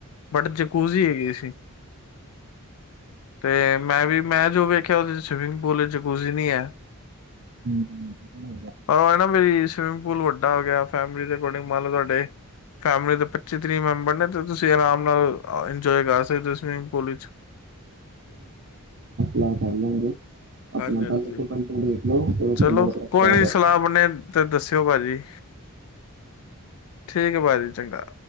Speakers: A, on the left (about 70°); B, on the right (about 50°).
A: ਬਟ ਜਕੂਜ਼ੀ ਹੈਗੀਈ ਸੀ ਤੇ ਮੈਂ ਵੀ ਮੈਂ ਜੋ ਵੇਖਿਆ ਉਹਦੇ ਸਵੀਮਿੰਗ ਪੂਲ ਵਿੱਚ ਕੁੂਜ਼ੀ ਨਹੀਂ ਹੈ
B: ਹਮ
A: ਪਰ ਉਹ ਨਾ ਮੇਰੀ ਸਵਿਮਿੰਗ ਪੂਲ ਵੱਡਾ ਹੋ ਗਿਆ ਫੈਮ ਅਕੋਰਡਿੰਗ ਮੰਨ ਲਓ ਤੁਹਾਡੇ ਫੈਮਿਲੀ ਦੇ ਪੱਚੀ ਤੀਹ ਮੈਂਬਰ ਨੇ ਤੇ ਤੁਸੀਂ ਆਰਾਮ ਨਾਲ ਇੰਜੋਏ ਕਰ ਸਕਦੇ ਹੋ ਸਵਿਮਿੰਗ ਪੂਲ ਵਿੱਚ
B: ਲਾ ਕਰ ਲਾਂਗੇ ਆਪਣਾ
A: ਹਾਂਜੀ ਹਾਂਜੀ
B: ਪਹਿਲੇ ਤਾਂ ਬੰਦੇ ਦੇਖ ਲਓ ਫਿਰ ਉਸ
A: ਚਲੋ
B: ਤੋਂ ਬਾਅਦ ਆਪਾਂ
A: ਕੋਈ ਨੀ
B: ਕਰ
A: ਸਲਾਹ ਬੰਣੇੇ ਤੇ ਦੱਸਿਓ ਭਾਜੀ ਠੀਕ ਭਾਜੀੀ ਚੰਗਾ